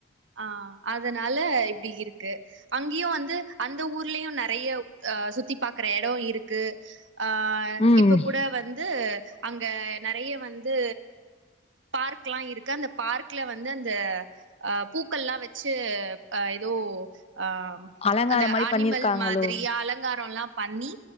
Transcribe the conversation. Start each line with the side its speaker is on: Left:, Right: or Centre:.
Right: ஆ அதனால இப்படி இருக்கு அங்க்யும் வந்து அந்த ஊர்லயும் நிறைய ஆ சுத்தி பாக்குற இடம் இருக்கு ஆ ஏ
Left: ம்
Right: இப்ப கூட வந்து அங்க நிறைய வந்து பார்க்லாம் இருக்கு அந்த பார்க்கல வந்து அந்த அ பூக்கள்ல்லாம் வச்சு அ ஏதோ ஆம்
Left: அலங்கார
Right: அந்த
Left: மாரி
Right: ஆனிமல்
Left: பண்ணிருக்காங்களோ
Right: மாதிரி அலங்காரம்ல்லாம் பண்ணி